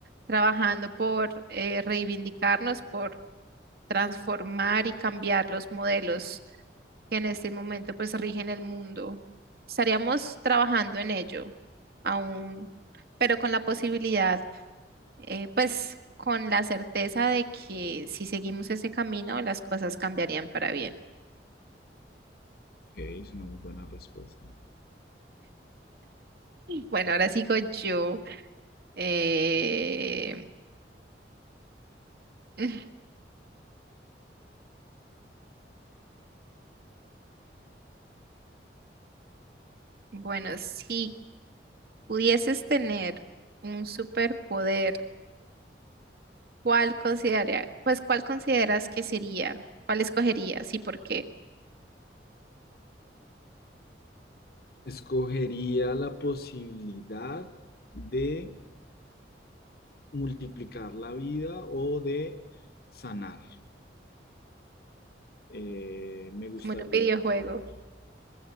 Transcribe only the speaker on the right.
trabajando por eh, reivindicarnos, por transformar y cambiar los modelos que en este momento pues rigen el mundo. Estaríamos trabajando en ello aún, pero con la posibilidad, eh, pues con la certeza de que si seguimos ese camino, las cosas cambiarían para bien.
Bueno, ahora sigo yo. Eh, <laughs> Bueno, si pudieses tener un superpoder, ¿Cuál consideraría, pues cuál consideras que sería? ¿Cuál escogerías y por qué?
Como en un videojuego.